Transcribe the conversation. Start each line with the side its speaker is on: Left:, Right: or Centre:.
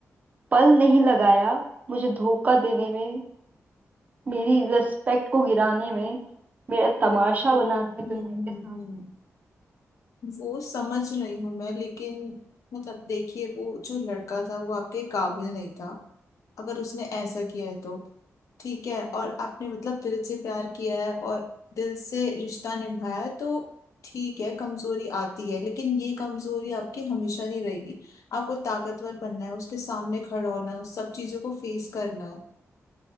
Right: पल नहीं लगाया मुझे धोखा देने में मेरी रिस्पेक्ट को गिराने में मेरा तमाशा
Left: बिल्कुल
Right: बनाने
Left: हम्म
Right: में दुनिया
Left: हम्म
Right: के सामने
Left: हम्म। वो समझ रही हूँ मैं लेकिन मतलब देखिए वो जो लड़का था वो आपके काबिल नहीं था अगर उसने ऐसा किया है तो ठीक है और आपने मतलब दिल से प्यार किया है और दिल से रिश्ता निभाया है तो ठीक है कमजोरी आती है लेकिन ये कमजोरी आपकी हमेशा नहीं रहेगी आपको ताकतवर बनना है उसके सामने खड़ा होना है उस सब चीजों को फेस करना है